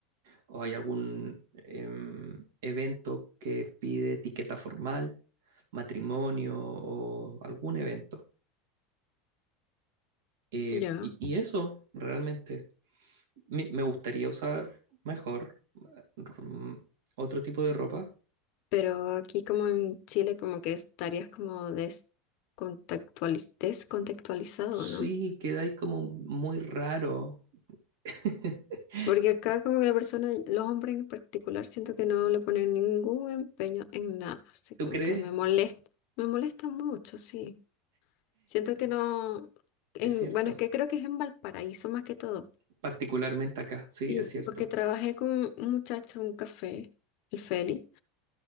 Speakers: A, on the right; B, on the left.
A: o hay algún em, evento que pide etiqueta formal, matrimonio o algún evento Eh,
B: Ya.
A: y, y eso realmente me me gustaría usar mejor mm, otro tipo de ropa.
B: Pero aquí como en Chile como que estarías como descontextualiz- descontextualizado,
A: Sí,
B: ¿no?
A: quedáis como muy raro. <laughs>
B: Porque acá como que la persona, los hombres en particular, siento que no le ponen ningún empeño en nada, así
A: ¿Tú
B: como
A: crees?
B: que me molesta, me molesta mucho, sí. Siento que no, en,
A: Es cierto.
B: bueno, es que creo que es en Valparaíso más que todo.
A: Particularmente acá, sí,
B: Sí,
A: es cierto.
B: porque trabajé con un muchacho, en un café, el Feli.